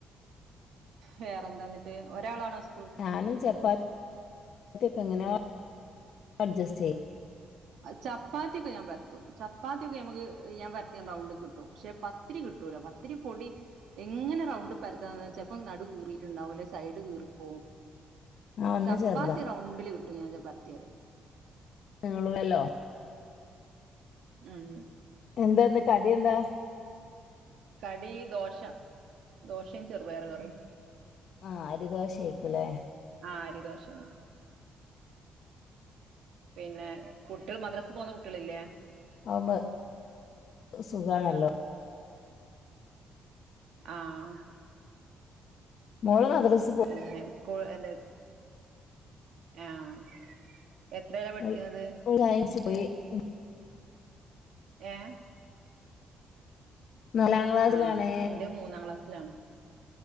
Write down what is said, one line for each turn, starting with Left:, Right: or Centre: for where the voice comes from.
Right: വേറെന്താ എന്നിട്ട് ഒരാളാണോ സ്‌
Left: ഞാനും ചപ്പാ ത്തിക്കങ്ങനെ അഡ്ജസ്റ്റ് ചെയ്യ
Right: ആഹ് ചപ്പാ ത്തിക്കെ ഞാൻ പരത്തും ചപ്പാത്തിയൊക്കെ നമുക്ക് ഞാൻ പരത്തി റൗണ്ട് കിട്ടും പക്ഷെ പത്തിരി കിട്ടൂല പത്തിരി പൊടി എങ്ങനെ റൗണ്ടി പരത്താന്ന് വെചപ്പം നടു കീറിട്ടുണ്ടാവും അല്ലെ സൈഡ് കീറിപ്പോവും
Left: ആഹ് ഒന്ന്
Right: ചപ്പാത്തി
Left: ചെറുതാ
Right: റൗണ്ടില് കിട്ടും ഞാ ഭർത്തിയട്
Left: നിങ്ങള് വല്ലോ
Right: അത്
Left: എന്താ എന്ത കടി എന്താ
Right: കടി ദോശ ദോശയും ചെറുപയറു കറീം
Left: ആഹ് അരി ദോശ ആയിക്കുംല്ലേ
Right: ആഹ് അരിദോഷയാ പിന്നെ കുട്ടികൾ മദ്രാസ് പോകുന്ന കുട്ടികളില്ലേ
Left: ആമ് സുഖമാണല്ലോ
Right: ആ ആഹ്
Left: മോള് മദ്ര്സ്
Right: പിന്നെ സ്കൂൾ എന്തേ ആഹ് എത്രയിലാ പഠിക്ക്‌ന്നത്
Left: ഓള് <unintelligible>
Right: ഏഹ്
Left: നാലാം ക്ലാസ്സിലാണേ
Right: ആ എന്റെ മൂന്നാം ക്ലാസ്സിലാണ്